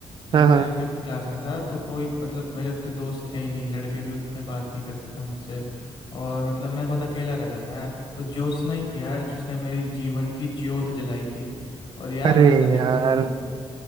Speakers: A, on the left; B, on the right.
A: जब
B: हाँ
A: मैं
B: हाँ
A: फिफ्थ क्लास में था तो कोई मतलब मेरे उतने दोस्त थे ही नहीं लड़के भी उतने बात नहीं करते थे मुझसे और मतलब मैं बहुत अकेला रहता था यार तो ज्योत्सना ही थी यार जिसने मेरी जीवन की ज्योत जलाई थी और यार
B: अरे
A: मतलब एकदम
B: यार